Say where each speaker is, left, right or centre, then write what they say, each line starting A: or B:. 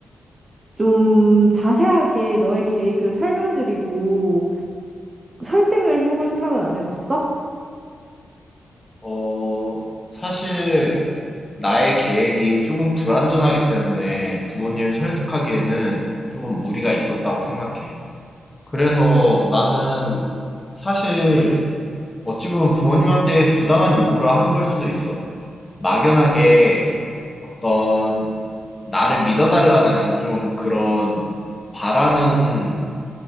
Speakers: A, on the right; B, on the left.
A: 좀 자세하게 너의 계획을 설명드리고 설득을 해볼 생각은 안 해봤어?
B: 어, 사실 나의 계획이 조금 불완전하기 때문에 부모님을 설득하기에는 조금 무리가 있었다고 생각해. 그래서 나는 사실 어찌 보면 부모님한테 부당한 요구를 하는 걸 수도 있어. 막연하게 어떤 나를 믿어달라는 좀 그런 바라는